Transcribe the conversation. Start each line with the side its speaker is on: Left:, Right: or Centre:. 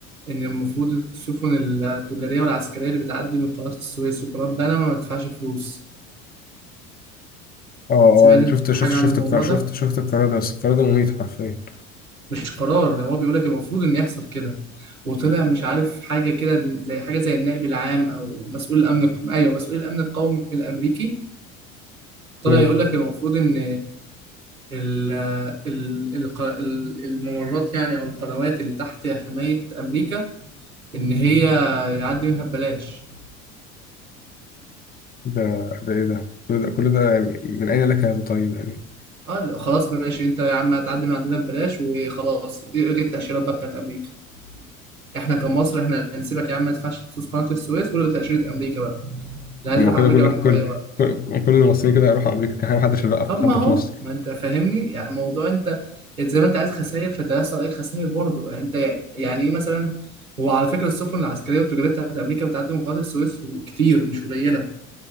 Right: ان المفروض السفن التجاريه والعسكريه اللي بتعدي من قناه السويس وقناه بنما ما تدفعش فلوس
Left: اه
Right: سمعت
Left: اه
Right: انت
Left: شفت شفت
Right: حاجه
Left: شفت
Right: عن الموضوع
Left: القرار شفت
Right: ده
Left: شفت القرار ده بس القرار ده مميت حرفيا
Right: مش قرار ده هو بيقول لك المفروض ان يحصل كده وطلع مش عارف حاجه كده زي حاجه زي النائب العام او مسؤول الامن ايوه مسؤول الامن القومي الامريكي طلع
Left: مم.
Right: يقول لك المفروض ان ال ال الق- ال- الممرات يعني او القنوات اللي تحت حماية امريكا ان هي يعدي منها ببلاش
Left: ده ده ايه ده كل ده كل ده يعني من اين لك هذا طيب يعني
Right: اه لا، خلاص ماشي انت يا عم هتعدي من عندنا ببلاش وخلاص الغي التأشيرات بقى بتاعت امريكا احنا كمصر احنا هنسيبك يا عم ما تدفعش فلوس قناة السويس والغي تأشيرة امريكا بقى اللي عايز
Left: هما
Right: يروح امريكا
Left: كده كل
Right: يروح
Left: كل
Right: في اي وقت
Left: كل كل المصريين كده هيروحوا امريكا كان محدش بقى
Right: طب
Left: في حد
Right: ما هو
Left: في مصر
Right: ما انت فاهمني يعني موضوع انت انت زي ما انت عايز خسائر فانت هيحصل عليك خسائر برضه يعني انت يعني ايه مثلا هو على فكره السفن العسكريه والتجاريه بتاعت امريكا بتعدي من قناه السويس وكتير مش قليله